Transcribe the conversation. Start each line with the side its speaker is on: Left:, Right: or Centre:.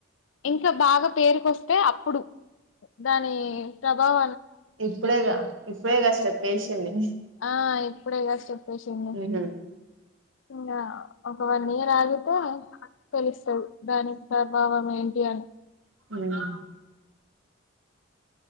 Left: ఇంకా బాగా పేరుకొస్తే అప్పుడు దాని ప్రభావ
Right: ఇప్పుడేగా ఇప్పుడే స్టెప్పేసింది
Left: ఆ- ఇప్పుడే గా స్టెప్ ఏసింది
Right: ఉమ్
Left: ఇకా ఒక వన్ ఇయర్ ఆగితే తెలుస్తావు దాని ప్రభావం ఏంటి అని
Right: ఉమ్